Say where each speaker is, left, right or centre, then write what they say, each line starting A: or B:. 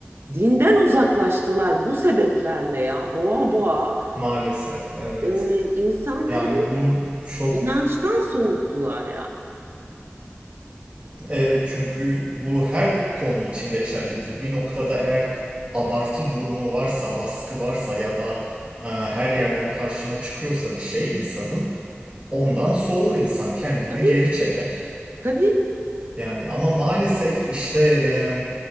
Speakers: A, on the right; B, on the right.
A: Dinden uzaklaştılar bu sebeplerle ya. Boğa boğa
B: maalesef evet
A: e, insanları
B: yani bunun çok
A: inançtan soğuttular ya.
B: evet çünkü bu her konu için geçerlidir. Bir noktada eğer abartı durumu varsa baskı varsa ya da e, her yerden karşına çıkıyorsa bir şey insanın ondan soğur insan kendini
A: Tabii
B: geri çeker.
A: tabii
B: Yani ama maalesef işte em,